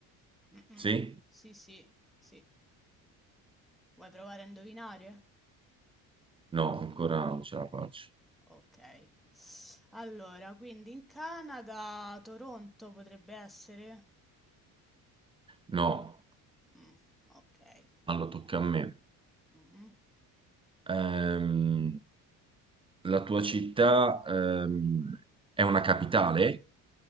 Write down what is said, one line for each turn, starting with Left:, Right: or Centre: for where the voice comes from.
Centre: mh-mh,
Right: sì?
Centre: sì, sì, sì. Vuoi provare a indovinare?
Right: No, ancora non ce la faccio.
Centre: Okay. Allora, quindi in Canada, Toronto potrebbe essere?
Right: No,
Centre: Mh, okay.
Right: allora tocca a me.
Centre: Mh-mh.
Right: Ehm, la tua città ehm, è una capitale?